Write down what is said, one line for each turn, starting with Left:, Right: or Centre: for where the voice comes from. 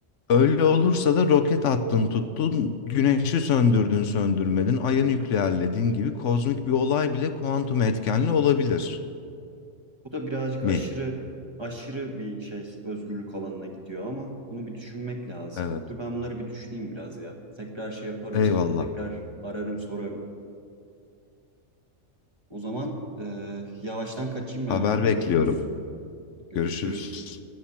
Left: öyle olursa da roket attın tuttun, güneşi söndürdün söndürmedin, ayı nükleerledin gibi kozmik bir olay bile kuantum etkenli olabilir
Right: Bu da birazcık
Left: mi?
Right: aşırı aşırı bir şey özgürlük alanına gidiyor ama bunu bir düşünmek lazım.
Left: Evet.
Right: Dur ben bunları bir düşüneyim biraz ya. Tekrar şey yaparım
Left: Eyvallah.
Right: sana. Tekrar ararım sorarım. O zaman e, yavaştan kaçayım
Left: Haber
Right: ben abi. Görüşürüz.
Left: bekliyorum.
Right: Görüşürüz.
Left: Görüşürüz.